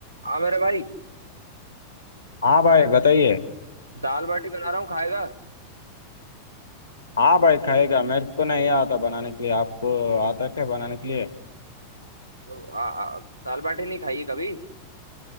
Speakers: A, on the right; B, on the left.
A: हाँ मेरे भाई
B: हाँ भाई बताइए
A: दाल बाटी बना रहा हूँ खाएगा
B: हाँ भाई खाएगा मेरे को नहीं आता बनाने के लिए आपको आता क्या बनाने के लिए
A: तो आ, आ, दाल बाटी नहीं खाई है कभी